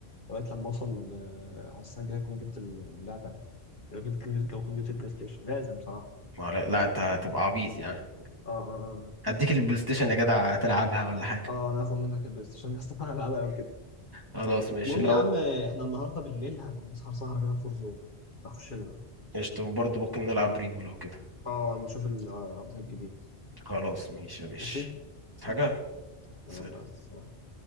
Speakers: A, on the left; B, on the right.
A: لغايه لما اوصل آه، على السنه الجايه اكون جبت اللعبه يعني لو جبت لو كنت جبت البلاي ستيشن لازم صراحه
B: ما علي- لا انت هتبقى
A: اه
B: عبيط يعني
A: اه اه آه،
B: اديك
A: بس
B: البلاي ستيشن يا جدع تلعبها ولا حاجة
A: اه انا هاخد منك البلاي ستيشن <laughs> يا اسطى انا هلعبها لو كده
B: خلاص ماشي
A: المهم
B: لو
A: يا عم احنا النهارده بالليل هنسهر سهره كده في فورزون اخش لنا
B: قشطة برضه ممكن نلعب ريبو لو كده
A: اه نشوف الابديت الجديد
B: خلاص ماشي يا باشي
A: ماشي
B: حاجة
A: ماشي
B: سلام
A: يلا السلام